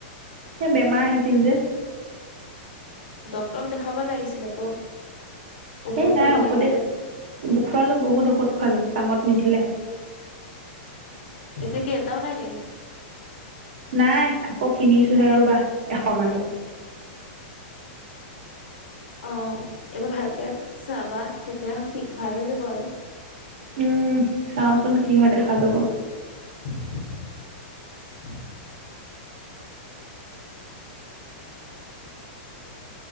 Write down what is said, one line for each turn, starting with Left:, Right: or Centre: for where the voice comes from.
Right: এ বেমাৰ আহিছিল যে।
Left: ডক্তৰক দেখাবা লাগিছিল আকৌ। ঔষধ
Right: এ
Left: খুৱাব
Right: নাই ঔষধে
Left: লাগিছিলে
Right: খোৱালো বহুত ঔষধ খোৱালো কামত নিদিলে।
Left: এতিয়া কি এটাও নাই নেকি?
Right: নাই আকৌ কিনিছোহে ৰ'বাহ এশ মান।
Left: অ' এইবাৰ ভালকে চাবা তেতিয়াঠিক ভাল হৈ যাব, আৰু
Right: উম, চাওচোন কি হয় দেখা যাব।
Left: <unintelligible>